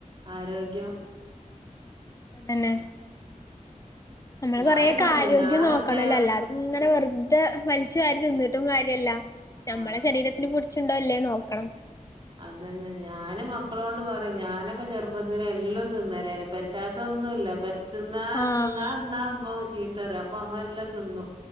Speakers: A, on the right; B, on the left.
A: ആരോഗ്യം
B: തന്നെ നമ്മള്
A: ഞാന്
B: കൊറെേയൊക്കെ
A: പറയും
B: ആരോഗ്യം
A: ഞാനൊക്കെ
B: നോക്കണല്ലോ അല്ലാതങ്ങനെ വെറുതെ വലിച്ചു വാരി തിന്ന് ട്ടും കാര്യല്ല നമ്മളെ
A: ആഹ്
B: ശരീരത്തിന് കുട് ച്ച്ണ്ടോ ല്ലേ നോക്കണം
A: അതന്നെ ഞാന് മക്കളോണ്ട് പറിം ഞൻ നൊക്കെ ചെറുപ്പത്തിന് എല്ലാം തിന്നലന് പറ്റാത്തൊന്നുംല്ല പ തിന്ന
B: ആഹ്
A: തിന്നാതമ്മ ചിത് തറി അപ്പൊ നമ്മളെല്ലാം തിന്നും